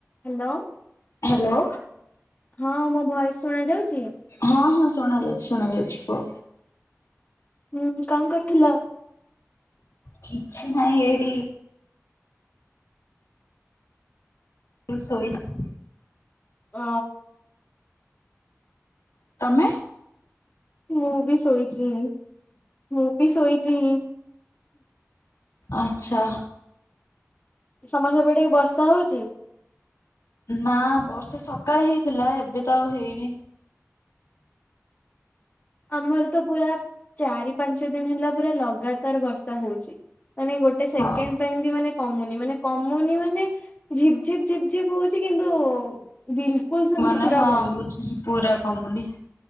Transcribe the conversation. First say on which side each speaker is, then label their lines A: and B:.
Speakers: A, on the left; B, on the left.
A: Hello
B: hello.
A: ହଁ ମୋ voice ଶୁଣା ଯାଉଛି?
B: ହଁ ହଁ ଶୁଣ ଯାଉଛି ଶୁଣ ଯାଉଛି ପୁଅ।
A: ହୁଁ କଣ କରୁଥିଲ।
B: କିଛି ନାହିଁ ଏଇଟି ସୋଇଥି
A: ହ।
B: ତମେ
A: ମୁଁ ବି ଶୋଇଛି, ମୁଁ ବି ଶୋଇଛି।
B: ଆଚ୍ଛା
A: ସମସ୍ତେ ପ ଟିକ ବର୍ଷା ହଉଛି
B: ନା ବର୍ଷେ ସକାଳେ ହେଇଥିଲା ଏବେ ତ ଆଉ ହେଇନି
A: ଆମର ତ ପୁରା ଚାରି ପାଞ୍ଚ ଦିନି ହେଲା ପୁରା ଲଗାତାର ବର୍ଷା ହଉଛି। ମାନେ ଗୋଟେ ସେକେଣ୍ଡ
B: ହଁ
A: ପାଇଁ ମାନେ କମୁନି ମାନେ କମୁନି ମାନେ ଝିପ୍ ଝିପ୍ ଝିପ୍ ଝିପ୍ ହଉଛି କିନ୍ତୁ ବିଲକୁଲ ସେମିତି
B: ମାନେ
A: ପୁରା
B: ହଁ
A: କମୁନି।
B: ବୁଝିଲି ପୁରା କମୁନି,